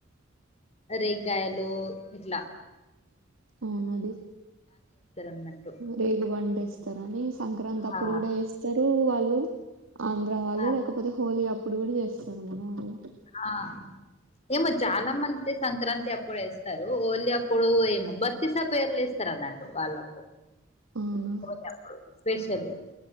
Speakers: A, on the left; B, on the right.
A: అరేగ్గాయలో ఎట్లా
B: అవున్నది
A: అన్నట్టు
B: రేగబండ్ వేస్తారుని సంక్రాంతి అప్పుడు
A: ఆ
B: కూడా వేస్తారు వాళ్ళు ఆంధ్ర వాళ్ళు
A: ఆ
B: లేకపోతే హోలీ అప్పుడు కూడా చేస్తారు మనం వాళ్ళు
A: ఆ ఏమో చాలా మంది సంక్రాంతి ఇప్పుేస్తారు ఓన్లీ అప్పుడు ఏమో బతిీసా పేర్లు వస్త స్తరణటు వాళ్ళకు
B: అవునా
A: పొతేప్పుడు స్పెషళ్ళి